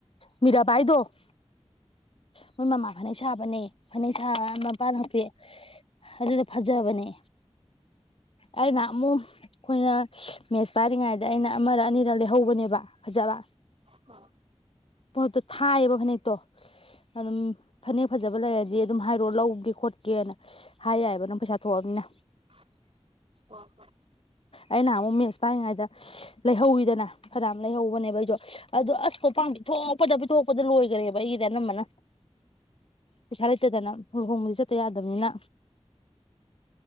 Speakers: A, on the left; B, on the right.
A: ꯃꯤꯔꯥ ꯕꯥꯥꯏꯗꯣ ꯃꯣꯏ ꯃꯃꯥ ꯐꯅꯦꯛ ꯁꯥꯕꯅꯦ ꯐꯅꯦꯛ ꯁꯥꯕ ꯃꯄꯥꯟ ꯍꯥꯄꯤ ꯑꯗꯨꯗ ꯐꯖꯕꯅꯦ ꯑꯩꯅ ꯑꯃꯨꯛ ꯑꯩꯈꯣꯏꯅ ꯃꯦꯠꯁ ꯄꯥꯏꯔꯤꯉꯩꯗ ꯑꯩꯅ ꯑꯃꯔꯛ ꯑꯅꯤꯔꯛ ꯂꯩꯍꯧꯕꯅꯦꯕ ꯐꯖꯕ
B: ꯍꯣꯏ
A: ꯄꯣꯠꯇꯣ ꯊꯥꯏꯑꯌꯦꯕ ꯐꯅ ꯇꯣ ꯑꯗꯨꯝ ꯐꯅꯦꯛ ꯐꯖꯕ ꯂꯩꯔꯗꯤ ꯑꯗꯨꯝ ꯍꯥꯏꯔꯣ ꯂꯧꯒꯦ ꯈꯣꯠꯀꯦꯅ ꯍꯥꯏ ꯌꯥꯏꯑꯕ ꯅꯪ ꯄꯩꯁꯥ ꯊꯣꯛꯑꯒꯅ
B: ꯍ ꯍꯣꯏ
A: ꯑꯩꯅ ꯑꯃꯨꯛ ꯃꯦꯠꯁ ꯄꯥꯏꯉꯩꯗ ꯂꯩꯍꯧꯋꯤꯗꯅ ꯈꯔ ꯑꯃ ꯂꯩꯍꯧꯕꯅꯦꯕ ꯑꯩꯖꯣ ꯑꯗꯨꯗꯣ ꯑꯁ ꯀꯣ ꯄꯥꯝꯕꯤ ꯊꯣꯛꯂꯛꯄꯗ ꯄꯤꯊꯣꯛꯄꯗ ꯂꯣꯏꯈꯔꯦꯕ ꯑꯩꯒꯤꯗꯤ ꯑꯅꯝꯕꯅ ꯄꯩꯁꯥ ꯂꯩꯇꯗꯅ ꯂꯨꯍꯣꯡꯕꯗꯤ ꯆꯠꯇ ꯌꯥꯗꯕꯅꯤꯅ